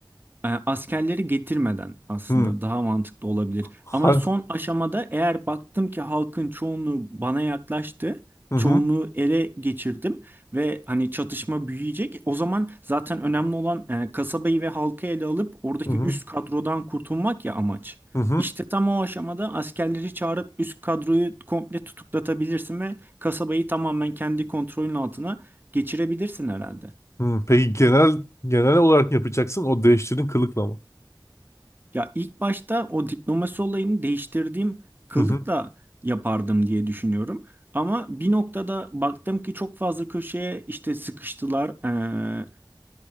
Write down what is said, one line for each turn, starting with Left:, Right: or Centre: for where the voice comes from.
Right: E, askerleri getirmeden aslında
Left: Hı.
Right: daha mantıklı olabilir.
Left: Ha-
Right: Ama son aşamada eğer baktım ki halkın çoğunluğu bana yaklaştı,
Left: Hı hı.
Right: çoğunluğu ele geçirdim ve hani çatışma büyüyecek. O zaman zaten önemli olan e, kasabayı ve halkı ele alıp oradaki
Left: Hı hı.
Right: üst kadrodan kurtulmak ya amaç.
Left: Hı hı.
Right: İşte tam o aşamada askerleri çağırıp üst kadroyu komple tutuklatabilirsin ve kasabayı tamamen kendi kontrolün altına geçirebilirsin herhalde.
Left: Hı. Peki genel genel olarak mı yapacaksın? O değiştirdiğin kılıkla mı?
Right: Ya ilk başta o diplomasi olayını değiştirdiğim kılıkla
Left: Hı hı.
Right: yapardım diye düşünüyorum. Ama bir noktada baktım ki çok fazla köşeye işte sıkıştılar. Ee,